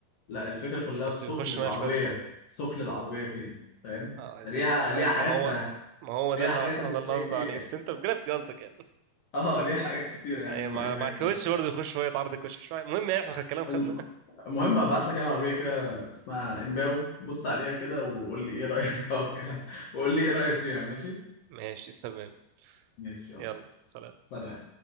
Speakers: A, on the left; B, on the right.
A: لا الفكرة كلها
B: بس
A: في ثقل
B: بيخش
A: العربية
B: بقى شويه
A: ثقل العربية فين فاهم
B: اه
A: ليها
B: ما
A: ليها
B: ما
A: حاجات
B: هو ما هو ده
A: ليها
B: اللي
A: حاجات هندسية
B: ده اللي قصدي
A: كتير
B: عليه
A: يعني
B: السنتر جرافيتي قصدك يعني.
A: اه ليها حاجات كتير يعني
B: ايوه
A: بما
B: مع
A: انك
B: مع كوتش برضه يخش شويه يتعرض الكوتش شويه المهم يعني احنا الكلام خدنا
A: الم- المهم هبعت لك انا عربية كده اسمها امباو بص عليها كده وقول لي ايه رأيك <laughs> اه وقول لي ايه رأيك فيها ماشي
B: <laughs> ماشي تمام
A: ماشي يلا
B: يلا سلام
A: سلام